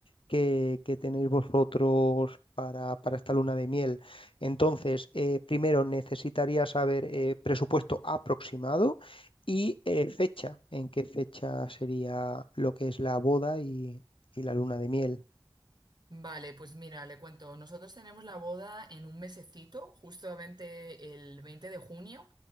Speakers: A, on the left (about 80°); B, on the right (about 55°).
A: que, que tenéis vosotros para, para esta luna de miel. Entonces, eh, primero necesitaría saber eh, presupuesto aproximado y eh, fecha, en qué fecha sería lo que es la boda y, y la luna de miel.
B: Vale, pues mira, le cuento, nosotros tenemos la boda en un mesecito, justamente el 20 de junio.